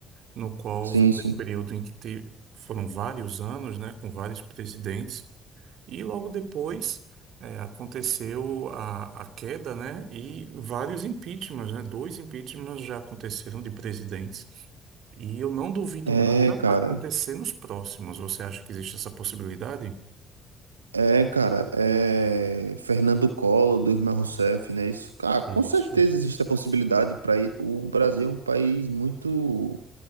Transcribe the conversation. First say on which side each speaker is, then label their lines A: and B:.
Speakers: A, on the right; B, on the right.
A: no qual
B: Sim,
A: foi
B: sim.
A: o período em que te- foram vários anos, né, com vários presidentes. E logo depois eh, aconteceu a, a queda, né? E vários impeachments, né? Dois impeachments já aconteceram de presidentes. E eu não duvido
B: É,
A: nada
B: cara.
A: acontecer nos próximos. Você acha que existe essa possibilidade?
B: É, cara, é Fernando Collor, do irmão Rousseff, né? Isso, cara, com
A: Isso.
B: certeza existe a possibilidade para ir. O Brasil é um país muito